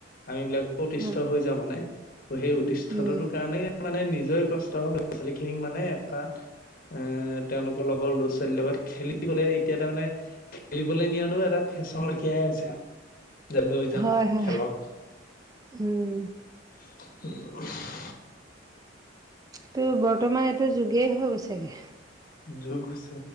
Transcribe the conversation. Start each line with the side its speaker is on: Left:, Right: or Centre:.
Left: আম বিলাক। অতিষ্ঠ
Right: হয়।
Left: হৈ যা মানে, ত সেই অতিষ্ঠৰ
Right: উম,
Left: কাৰণে মানে নিজৰে কষ্ট হওঁক। ল'ৰা ছোৱালী খিনিক মানে একাট এ তেওঁলোকৰ লগৰ ল'ৰা ছোৱালীৰ লগত খেলিবলে, এতিয়া তাৰ মানে খেলিবলৈ নিয়াটো এটা ফেশ্বন লখিয়াই হৈছে আৰু। যে লৈ যাওঁ
Right: হয়-হয়।
Left: খেলক
Right: উম,
Left: <inaudible>
Right: এইটো বৰ্তমান এইটো যোগেই হৈ গৈছেগে।
Left: যোগ হৈছে।